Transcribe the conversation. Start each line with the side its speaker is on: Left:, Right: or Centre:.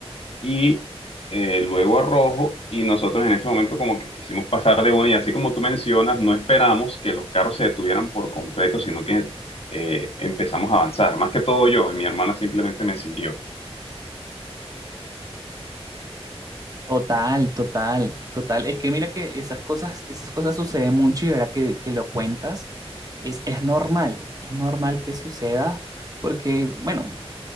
Left: y eh, luego a rojo y nosotros en ese momento como que quisimos pasar de una y así como tú mencionas, no esperamos que los carros se detuvieran por completo, sino que eh, empezamos a avanzar. Más que todo yo, mi hermana simplemente me siguió.
Right: Total, total, total. Es que mira que esas cosas, esas cosas suceden mucho y ahora que, que lo cuentas, es, es normal, es normal que suceda porque, bueno,